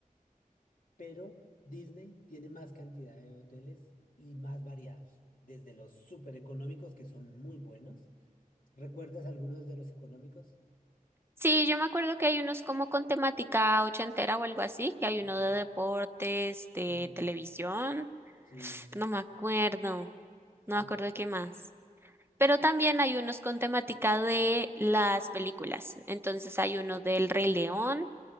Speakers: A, on the left; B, on the right.
A: pero Disney tiene más cantidad de hoteles y más variados, desde los súper económicos que son muy buenos ¿Recuerdas algunos de los económicos?
B: Sí, yo me acuerdo que hay unos como con temática ochentera o algo así, que hay uno
A: Ujú.
B: de deportes, de
A: Mm,
B: televisión,
A: Sí,
B: no me acuerdo, no
A: sí.
B: me acuerdo qué más. Pero también hay unos con temática de las películas. Entonces hay uno del Rey León,